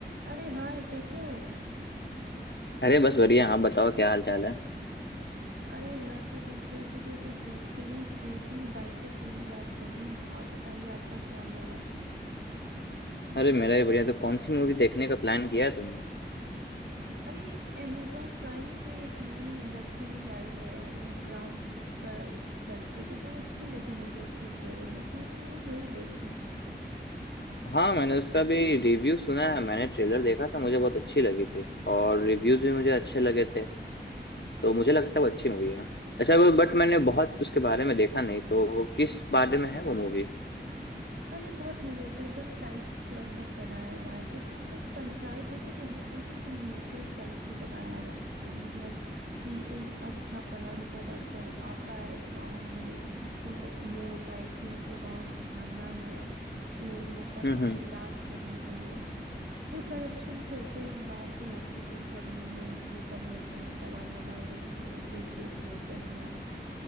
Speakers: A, on the right; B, on the left.
A: अरे हाय कैसे हो
B: अरे बस बढ़िया आप बताओ क्या हाल चाल है
A: अरे मैं तो सोच रही थी कि, कि वेब सीरीज देख लूं बैठ के बिंज वॉच कर लूं आप बताइए आपका क्या हाल है
B: अरे मेरा भी बढ़िया तो कौन सी मूवी देखने का प्लान किया है तुमने
A: अरे एक amazon प्राइम पे एक नई वेब सीरीज आई है वो ग्राम चिकित्सा करके तो बहुत अच्छी लगी मुझे उसकी ट्रेलर मैं सोच रही हूँ वही देख लूं
B: हाँ मैंने उसका भी रिव्यू सुना है मैंने ट्रेलर देखा था मुझे बहुत अच्छी लगी थी और रिव्यूज भी मुझे अच्छे लगे थे तो मुझे लगता है वो अच्छी मूवी है अच्छा वो बट मैंने बहुत उसके बारे में देखा नहीं तो किस बारे में है वो मूवी
A: अरे बहुत रिलेटेबल टाइप्स है बनाया हुआ है जैसा हम लोग पंचायत देखे थे ना उसी से रिलेटेड टाइप से बनाया हुआ है स- मतलब कि एक अच्छा पढ़ा लिखा डॉक्टर आता है एक गांव में जिसको ये होता है कि हमको गांव सुधारना है लोग मेरे पास
B: हम्म
A: आए
B: हम्म
A: इलाज करने के लिए जो करप्शंस होते हैं गांव के हॉस्पिटल सब में लोग वो कर लेते हैं दवाई ववाई वो बेच बेच लेते हैं